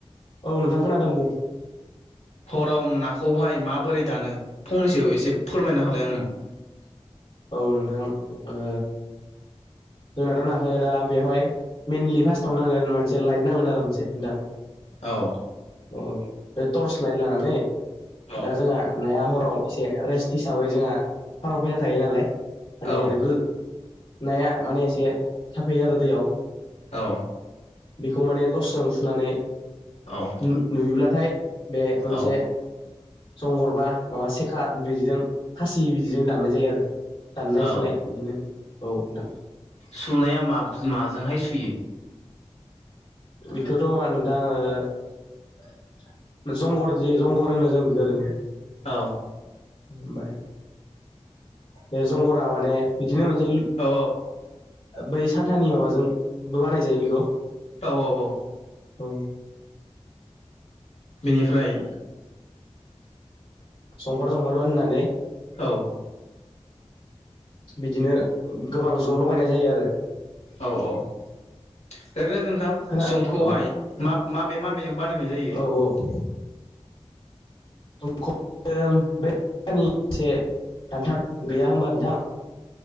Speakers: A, on the left (about 45°); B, on the left (about 80°).
A: औ नोंथां खोनादों बुं
B: हराव नाखौहाय माबोरै दानो फंनैसो एसे फोरमायना होलाय आंनो <unintelligible>
A: औ नोंथां ओ जोंनाथ' नाखो दा बेवहाय मइनलि फार्स्टआव नांगोन मोनसे लाइट नांगोन आरो मोनसे नोंथां
B: औ
A: औ बे टर्स लाइट लानानै
B: औ
A: दा जोंहा नाया हराव एसे रेस्ट हिसाबै जोंहा फाराव फैना थायो नालाय माने
B: औ
A: ओरैग नाया माने एसे थाफैयो आरो दैयाव
B: औ
A: बेखौ माने टर्सजों सुनानै
B: औ
A: नु नुयोब्लाथाय बे मोनसे
B: औ
A: जंगरबा माबा सेखा बेबायदिजों खासि बिदिजों दाननाय जायो आरो दाननाय
B: औ
A: सुनाय बिदिनो औ नोंथां
B: सुनाया माब माजोंहाय सुयो
A: बेखौथ' नोंथां आङो जंगर ज जंगर होनो जों बिखौ ओरैनो
B: औ
A: ओमफ्राय बे जंगरा माने बिदिनो मोनसे
B: औ
A: बै साथानि माबाजोंबो बानायजायो बेखौ
B: औ औ औ
A: औ
B: बेनिफ्राय
A: जंफार जंफार बानायनानै
B: औ
A: बिदिनो गोबां ज' लगायनाय जायो आरो
B: औ औ ओरैनो नोंथां
A: खोना
B: जंखौहाय
A: औ
B: मा माबे माबेजों बानायनाय जायो
A: औ औ <unintelligible> गैया होनोमबा नोंथां